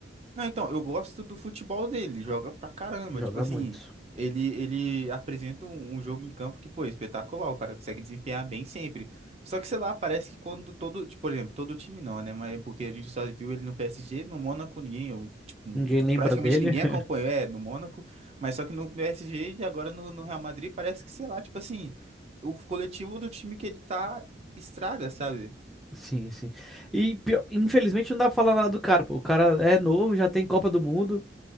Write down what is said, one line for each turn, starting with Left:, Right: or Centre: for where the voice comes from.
Right: Não, então, eu gosto do futebol dele, joga pra caramba.
Centre: Joga
Right: Tipo assim,
Centre: muito.
Right: ele, ele apresenta um, um jogo em campo que, pô, é espetacular, o cara consegue desempenhar bem sempre. Só que, sei lá, parece que quando todo, tipo, por exemplo, todo time não, né? Mas porque a gente só viu ele no PSG, no Mônaco ninguém, eu, tipo,
Centre: Ninguém lembra
Right: praticamente
Centre: dele.
Right: ninguém
Centre: <laughs>
Right: acompanhou, é, no Mônaco, mas só que no PSG e agora no, no Real Madrid parece que, sei lá, tipo assim, o coletivo do time que ele tá estraga, sabe?
Centre: Sim, sim. E pior- infelizmente não dá pra falar nada do cara, pô. O cara é novo, já tem Copa do Mundo,